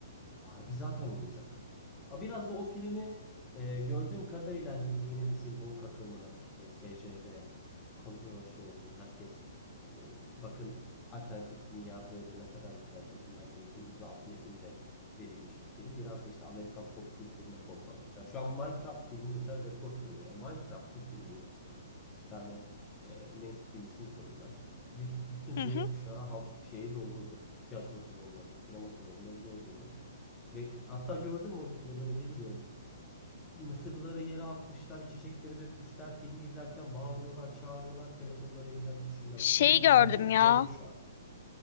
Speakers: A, on the left (about 15°); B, on the left (about 55°).
A: Barbie zaten oyuncak. Ha biraz da o filmi e, gördüğüm kadarıyla hani bu yeni nesil woke akımı işte SJV controversial olsun herkes hani bakın alternatif dünya böyle ne kadar güzel kadınlar yönetiyor gibi bir alt metinle verilmiş bir film. Biraz da işte Amerikan pop kültürüne pompalamışlar. Şu an Minecraft filmi mesela rekor kırıyor ya. Minecraft'ın filmini yaptılar. İki tane e, mainstream isim koydular. Büt- Bütün Z
B: Hı hı.
A: kuşağı ha- şeyi doldurdu. Tiyatro salonlarını, sinema salonlarını doldurdu. Ve hatta gördüm o videoları bilmiyorum. Mısırlıları yere atmışlar, içecekleri dökmüşler. Filmi izlerken bağırıyorlar, çağırıyorlar, telefonları elden düşürmüyor.
B: Şeyi
A: Film izleyen
B: gördüm
A: Z
B: ya.
A: kuşağı.